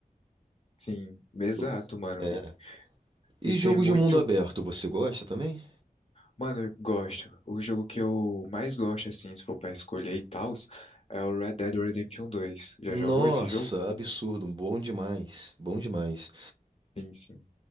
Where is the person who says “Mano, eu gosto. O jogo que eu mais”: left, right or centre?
Left